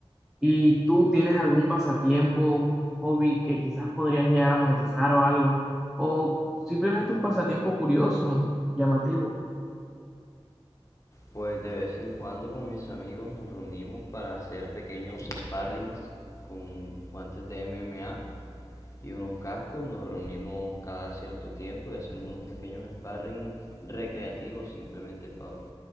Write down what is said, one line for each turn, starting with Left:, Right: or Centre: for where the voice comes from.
Centre: ¿Y tú tienes algún pasatiempo, hobby que quizás podrías llegar a monetizar o algo? ¿O simplemente un pasatiempo curioso, llamativo?
Left: Pues de vez en cuando con mis amigos nos reunimos para hacer pequeños sparrings con guantes de MMA y unos cascos. Nos reunimos cada cierto tiempo y hacemos unos pequeños sparrings recreativos simplemente por